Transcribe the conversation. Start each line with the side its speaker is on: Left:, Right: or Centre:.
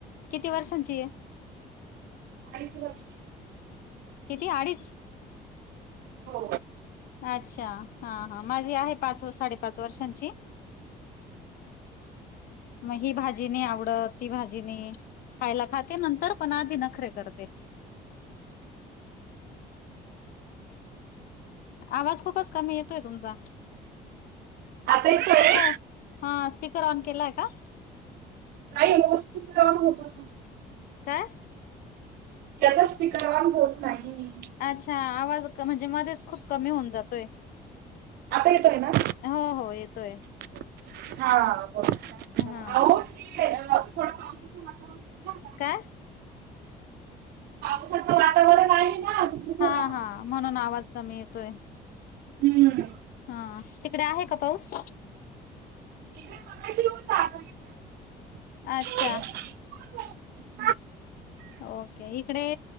Left: किती वर्षांची आहे?
Right: अडीच वर्ष
Left: किती अडीच
Right: हो
Left: अच्छा हा हा माझी आहे पाच साडेपाच वर्षांची मंग ही भांजी नाहीं आवडतं ती भांजी नाहीं पहिलें खायंला खातें नंतर पणं आधी नखरे करतें आवांज खूपचं कमी येतोयं तुमचां
Right: आता येतोय
Left: स्पीकर हां स्पीकर ऑन केलांय कां
Right: नाहीं हो खूंप करां होतो
Left: कायं
Right: त्यांचा स्टिकर ऑन होतं नाहीं
Left: अच्छा आवांज म्हणजे मध्येचं खूंप कमी होऊंन जातोय
Right: आता येतोयं नां
Left: हो हो येतोयं
Right: हां अगं बोल ठीक
Left: हा
Right: आहे नां थोडं पावसाचं वातांवरण
Left: कायं
Right: पावसाचं वातांवरण आहे ना तिकडे थोडा
Left: हां
Right: प्रॉब्लेम
Left: हां म्हणून आवांज कमी येतोयं
Right: हम्मं
Left: हां तिकडे आहे कां पाऊस
Right: <unintelligible>
Left: अच्छा ओके इकडे